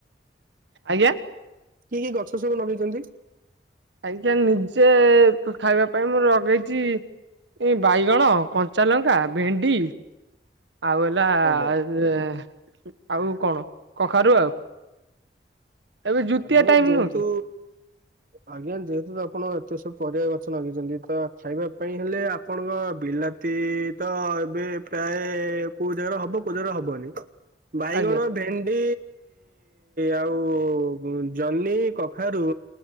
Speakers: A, on the right; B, on the right.
A: ଆଜ୍ଞା
B: କି କି ଗଛ ସବୁ ନଗେଇଛନ୍ତି।
A: ଆଜ୍ଞା ନିଜେ ତ ଖାଇବା ପାଇଁ ମୁଁ ଲଗେଇଛି ଏଇ ବାଇଗଣ କଞ୍ଚା ଲଙ୍କା ଭେଣ୍ଡି ଆଉ ହେଲା
B: ଆଜ୍ଞା
A: ଏ ଆଉ କଣ କଖାରୁ ଆଉ। ଏବେ ଜୁତିଆ
B: ଆ ଯେ
A: ଟାଇମ
B: ଯେହେତୁ
A: ନୁହଁ କି
B: ଆଜ୍ଞା ଯେହେତୁ ତ ଆପଣ ଏତେ ସବୁ ପରିବା ଗଛ ନଗେଇଛନ୍ତି ତ ଖାଇବା ପାଇଁ ହେଲେ ଆ ଆପଣଙ୍କ ବିଲାତି ତ ଏବେ ପ୍ରାଏ କୋଉ ଜାଗାରେ ହବ କୋଉ ଜାଗାରେ ହବନି। ବାଇଗଣ
A: ଆଜ୍ଞା
B: ଭେଣ୍ଡି ଆଉ ଉ ଜହ୍ନି କଖାରୁ